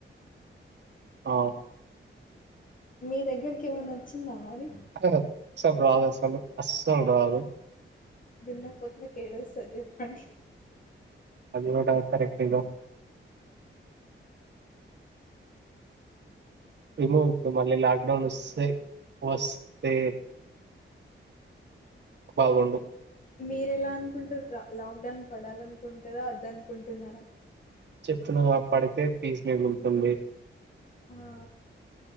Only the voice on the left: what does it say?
మీ దగ్గరకి ఏమనా వచ్చిందా మరి
దూనా పోతులకు ఎడ వస్తది చెప్పండి
మీర్ ఎలా అనుకుంటు లాక్ డౌన్ పడాల అనుకుంటారా వద్ద అనుకుంటున్నారా
ఆ